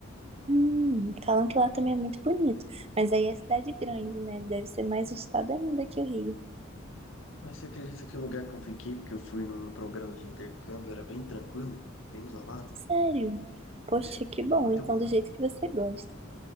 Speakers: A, on the right; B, on the left.
A: Hum, falam que lá também é muito bonito. Mas aí é cidade grande, né? Deve ser mais estado ainda que o Rio.
B: Mas você acredita que o lugar que eu fiquei, porque eu fui num programa de intercâmbio, era bem tranquilo, bem isolado?
A: Sério? Poxa,
B: É,
A: que
B: era
A: bom.
B: muito
A: Então,
B: bom.
A: do jeito que você gosta.